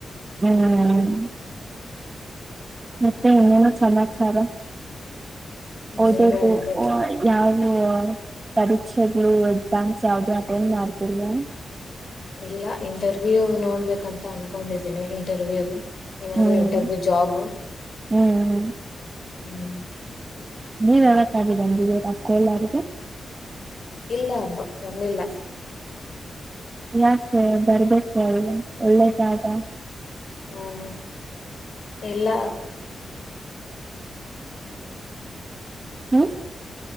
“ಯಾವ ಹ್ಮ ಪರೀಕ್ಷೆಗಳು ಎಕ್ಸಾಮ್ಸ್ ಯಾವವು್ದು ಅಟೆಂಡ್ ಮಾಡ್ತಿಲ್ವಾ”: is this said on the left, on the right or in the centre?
Right